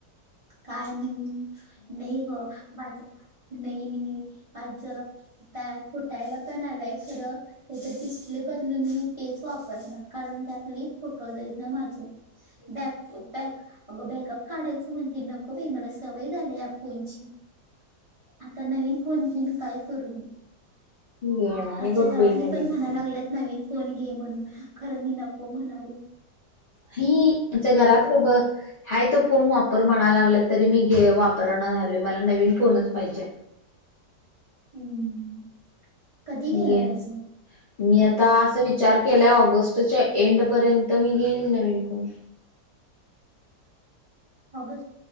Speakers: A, on the right; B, on the left.
A: काय नवीन नाही ग माझ्या नाही मी जरा फुटायला पण आलाय खरं उद्या डिस्प्ले बदलून मी तेच वापरणार कारण त्यात लई फोटोज आहेत ना माझ बॅक, बॅक अगं बॅकअप काढायचं म्हणजे नको बाई मला सवय झाली आहे या फोनची आता नवीन फोन घेऊन काय करू मी
B: घेणार
A: आमच्या
B: आहे बघ
A: घरातली
B: बाई नवीन
A: पण म्हणाय लागलेत नवीन फोन घे म्हणून खरं मी नको म्हणालोय
B: ही आमच्या घरात ग ब हाय तो फोन वापर म्हणायलागल्यात तरी मी गे वापरण झालोय मला नवीन फोनच पाहिजे
A: हम्म कधी
B: मी
A: घेणार
B: घेईन
A: आहेस मग
B: मी आता अस विचार केला ऑगस्टच्या एंड पर्यंत मी घेईल नवीन फोन
A: ऑगस्ट,